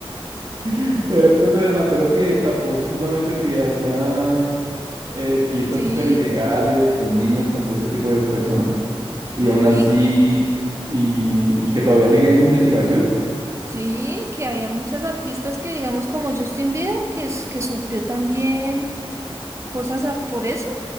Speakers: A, on the right (about 45°); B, on the right (about 30°).
A: <laughs> pero el problema del rapero que destapó supuestamente que hacía eh, fiestas
B: Sí,
A: súper ilegales con niños, con todo ese tipo de personas, y
B: sí,
A: aún así,
B: que.
A: y, y que todavía sigue en investigación.
B: Sí, que había muchas artistas que, digamos, como Justin Bieber, que, es- que sufrió también cosas a- por eso.